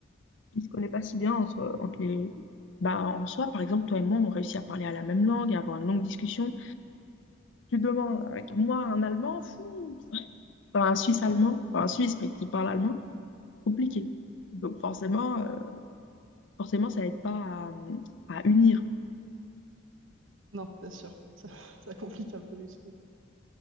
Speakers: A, on the left; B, on the right.
A: qui ne se connaît pas si bien entre, entre les... Bah, en soi, par exemple, toi et moi, on réussit à parler à la même langue, à avoir une longue discussion. Tu demandes avec moi un Allemand, fou, enfin, un Suisse allemand, enfin, un Suisse, mais qui parle allemand, compliqué. Donc forcément, euh, forcément, ça aide pas à, à unir.
B: Non, c'est sûr. Ça, <laughs> ça complique un peu les choses.